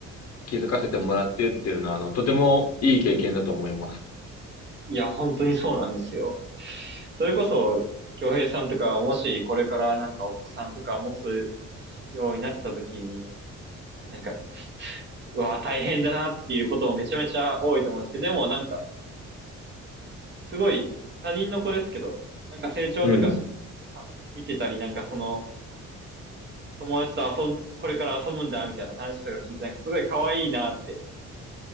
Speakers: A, on the left; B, on the right.
A: 気づかせてもらってっていうのは、あの、とてもいい経験だと思います。
B: いや、本当にそうなんですよ。それこそ、京平さんとか、もしこれからなんかお子さんとか持つようになった時に、なんか、うわ、大変だなっていうこともめちゃめちゃ多いと思うんですけど、でもなんか、すごい他人の子ですけど、なんか成長とかしは見てたり、
A: うん。
B: なんかその友達と遊ん、これから遊ぶんだみたいな話とか聞いて、なんかすごい可愛いなって